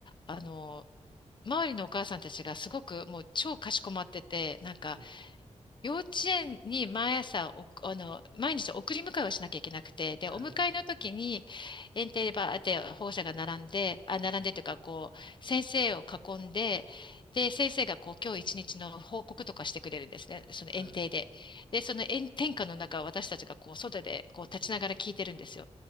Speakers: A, on the left; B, on the right.
A: あの、周りのお母さんたちがすごくもう超かしこまってて、なんか、
B: はい。
A: 幼稚園に毎朝お、あの、毎日送り迎えをしなきゃいけなくて、で、
B: はい。
A: お迎えの時に、園庭でバーって保護者が並んで、あ、並んでというか、こう、先生を囲んで、で、先生がこう、今日一日の報告とかしてくれるんですね、その園庭で。
B: はい。
A: で、その炎天下の中、私たちがこう、外でこう、立ちながら聞いてるんですよ。